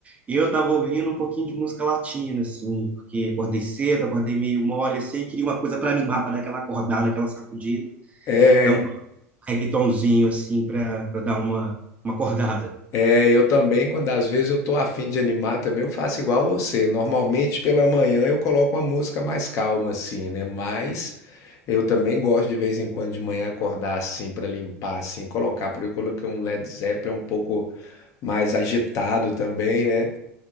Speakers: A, on the right (about 15°); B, on the left (about 40°).
A: e eu tava ouvindo um pouquinho de música latina, assim, porque acordei cedo, acordei meio mole, assim, queria uma coisa para animar, para dar aquela acordada, aquela sacudida.
B: É.
A: Então, um reggaetonzinho, assim, para dar uma, uma acordada.
B: É, eu também, quando às vezes eu tô afim de animar também, eu faço igual você. Normalmente pela manhã eu coloco uma música mais calma assim, né? Mas eu também gosto de vez em quando de manhã acordar assim para limpar assim, colocar, por eu coloquei um Led Zeppelin um pouco mais agitado também, né?